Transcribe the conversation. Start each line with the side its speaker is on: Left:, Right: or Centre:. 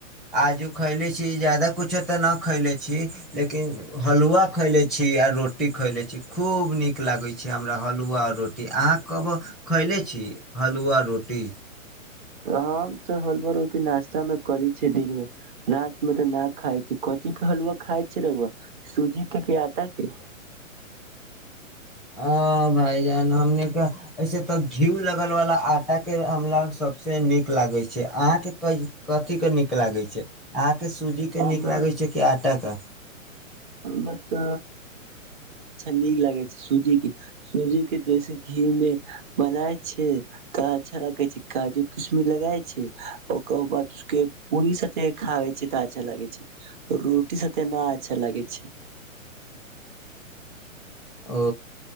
Centre: आजू खयले छी ज्यदाा किछो तऽ नहि खयले छी लेकिन हलुआ खयले छी आ रोटी खयले छी खूब नीक लागै छै हमरा हलुआ रोटी अहाँ कबो खयले छी हलुआ रोटी
Right: हम तऽ हलुवा रोटी नास्ता मे करै छे दिन मे रात में तऽ न खाय छै कथी के हलुवा खाय छै रउआ सूजी के आटा के
Centre: ह भाायजान हमनीके ऐसे तऽ घीउ लगलवला आटाके हमरा सभसँ नीक लागैत छै अहाँके कथीके नीक लागैत छै अहाँ के सूजी के
Right: हमरो
Centre: नीक लागै छै कि आटा के
Right: <unintelligible> अच्छा नीक लागे छै सूजी के सूजी के देशी घी मे बनाय छै तऽ अच्छा लगे छै काजू किशमि लगाय छै <unintelligible> खाइ छी तऽ अच्छा लागै छै रोटी साथे न अच्छा लागै छै अच्छा
Centre: ओ